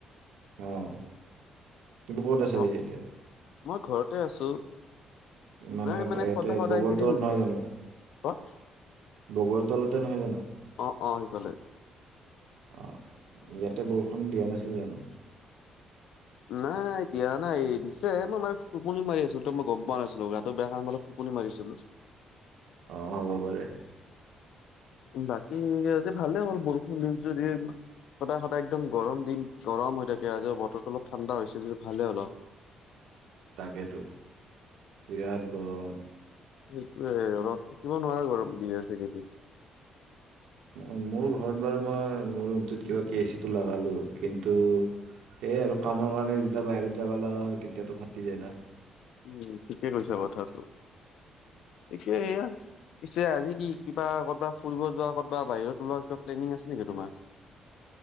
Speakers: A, on the right; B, on the left.
A: অ' তুমি ক'ত আছা
B: ন
A: পিছে এতিয়া
B: মই ঘৰতে আছো
A: মানে
B: নাই
A: ইয়াতে
B: সদায় সদায়
A: বগৰ
B: এইকেইদিন
A: তলত নহয় জানো
B: কত
A: বগৰ তলতে নহয় জানো
B: অ' সেফালে
A: অঁ ইয়াতে বৰষুণ দিয়া নাছিল জানো
B: নাই দিয়া নাই দিছে মই মানে টোপনি মাৰি আছিলো তো মই গম পোৱা নাছিলো গাটো বেয়া কাৰণে মানটো টোপনি মাৰিছিলো
A: অ' হ'ব পাৰে
B: বাকী ভালে হল বৰষুণ নি সদায় সদায় একদম গৰম দিন গৰম হৈ থাকে আজি বতৰটো অলপ ঠাণ্ডা হৈছে যদি ভালে অলপ
A: তাকেতো বিৰাট গৰম।
B: সেইটোৱে অলপ থাকিব নোৱাৰা গৰম দি আছে এই কেইদিন
A: উম মোৰ ঘৰত বাৰু মই মোৰ ৰুমটোত কিবাকে এচিটো লগালোঁ কিন্তু সেয়ে আৰু কামৰ কাৰণে যেতিয়া বাহিৰত যাব লগা হয় তেতিয়াতো ফাটি যায় ন'।
B: উম ঠিকে কৈছা কথাটো।
A: <inaudible>
B: পিছে এয়া পিছে আজি কি কিবা ক'বাত ফুৰিব যোৱা ক'বাত বাহিৰত ওলোৱাৰ কিবা প্লেনিং আছে নেকি তোমাৰ